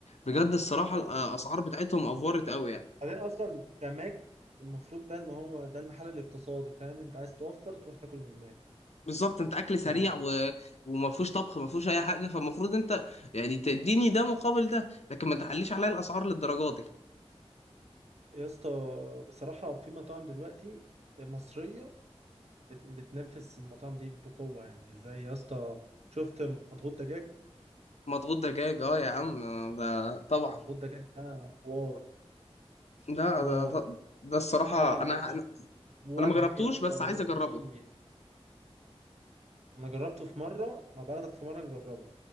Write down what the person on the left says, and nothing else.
بجد الصراحة
الأسعار
بتاعتهم أفورت قوي يعني
بالظبط انت اكل سريع
و... وما فيهوش طبخ ما فيهوش اي حاجه فالمفروض انت يعني تديني ده مقابل ده لكن ما تعليش عليا الاسعار للدرجه دي
مضغوط دجاج اه يا عم آه، ده طبعا
ده
ده ده الصراحه
انا
انا
أنا ما جربتوش
بس
عايز اجربه